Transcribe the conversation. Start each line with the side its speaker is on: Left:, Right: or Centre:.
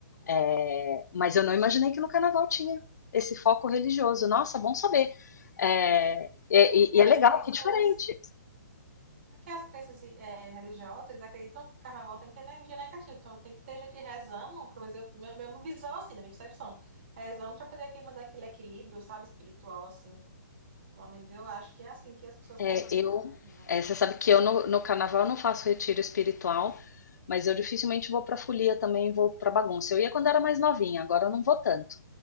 Left: É, mas eu não imaginei que no carnaval tinha esse foco religioso. Nossa, bom saber. É, e,
Right: Porque
Left: e-
Right: as
Left: e é legal,
Right: crenças,
Left: que é diferente.
Right: porque as crenças eh, religiosas, eles acreditam que o carnaval tem muita energia negativa. Então tem que ter gente rezando, pelo menos eu- meu, meu visão assim, na minha percepção. Rezando para poder aqui mandar aquele equilíbrio, sabe, espiritual assim. Pelo menos eu acho que é assim que as pessoas
Left: É,
Right: pensam.
Left: eu,
Right: né?
Left: é, você sabe que eu no, no carnaval não faço retiro espiritual, mas eu dificilmente vou para folia também, vou para bagunça. Eu ia quando era mais novinha, agora eu não vou tanto.